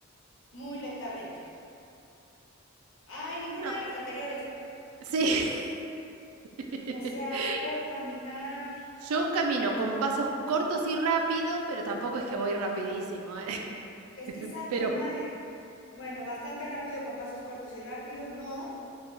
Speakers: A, on the left; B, on the right.
A: muy lentamente. Ay, ninguna
B: No,
A: de las anteriores.
B: sí. <laughs>
A: O sea, puedo caminar.
B: Yo camino con pasos cortos y rápido, pero tampoco es que voy rapidísimo, ¿eh? <laughs>
A: Es que exacto,
B: Pero...
A: no hay. Bueno, bastante rápido con pasos cortos y rápidos, no.